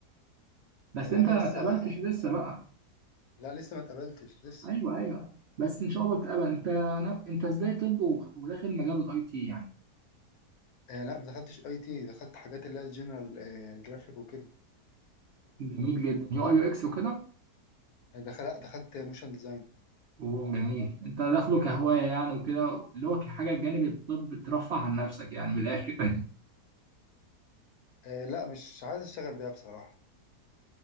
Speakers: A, on the right; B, on the left.
A: بس
B: هو
A: انت
B: انا
A: ما
B: لسه
A: اتقبلتش لسه بقى
B: لا لسه ما اتقبلتش لسه
A: ايوه ايوه بس ان شاء الله بتقبل انت أنا... انت ازاي طب و- وداخل مجال الاي تي يعني
B: آه لا ما دخلتش اي تي دخلت حاجات اللي هي الجنرال آه جرافيك وكده
A: جميل جدا يو اي يو اكس وكده
B: آه، دخل لا، دخلت موشن ديزاين
A: وجميل انت داخله كهوايه يعني وكده اللي هو كحاجه جانب الطب ترفع عن نفسك يعني من الاخر <laughs>
B: آه لا مش عايز اشتغل بيها بصراحه